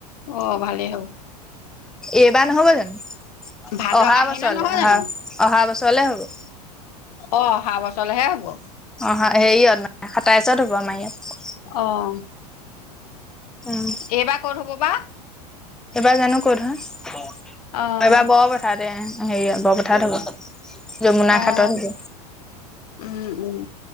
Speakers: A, on the left; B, in the centre.
A: অ' ভালেই হ'ব
B: এইবাৰ নহব জানো?
A: ভাদ
B: অহা
A: আহিনত
B: বছৰলৈ,
A: নহয়
B: অহা-অহা
A: জানো
B: বছৰ তলে হ'ব।
A: অ', অহা বছৰলৈহে হ'ব।
B: অ', হেৰিয়ত <unintelligible> সাতাইছত হ'ব আমাৰ ইয়াত।
A: অহ,
B: উম
A: এইবাৰ ক'ত হব বা?
B: এইবাৰ জানো কত হয়, অ',
A: অ'
B: এইবাৰ বৰ পথাৰতে। হেৰি বৰপথাৰত হ'ব, যমুনা
A: অ'
B: ঘাটত হ'ব।
A: উম উম